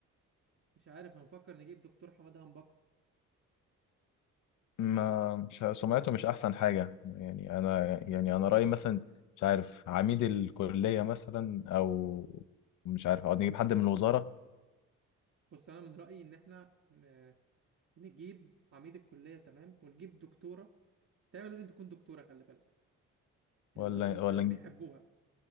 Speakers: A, on the right; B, on the left.
A: مش عارف هنفكر نجيب دكتور حماده هنبكة
B: ما مش سمعته مش احسن حاجه يعني انا يعني انا رايي مثلا مش عارف عميد الكليه مثلا او مش عارف او نجيب حد من الوزاره
A: بص انا من رأيي ان احنا ن- نجيب عميد الكلية تمام ونجيب دكتورة دايما لازم تكون دكتورة خلي بالك اللي
B: ولا
A: دك... اللي
B: ولا نجيب
A: بيحبوها